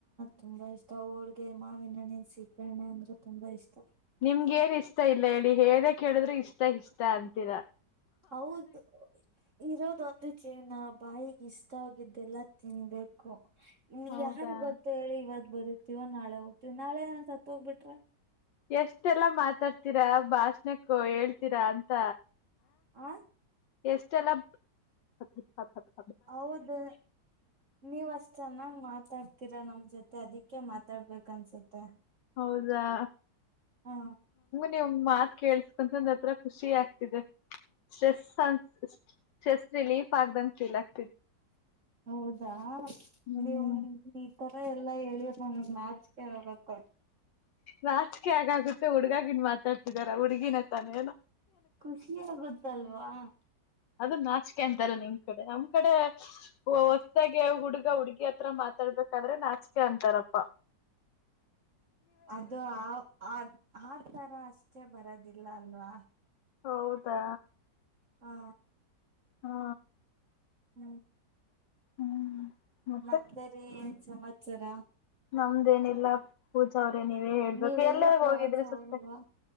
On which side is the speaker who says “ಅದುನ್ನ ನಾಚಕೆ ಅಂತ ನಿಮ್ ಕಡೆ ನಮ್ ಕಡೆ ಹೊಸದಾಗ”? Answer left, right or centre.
Left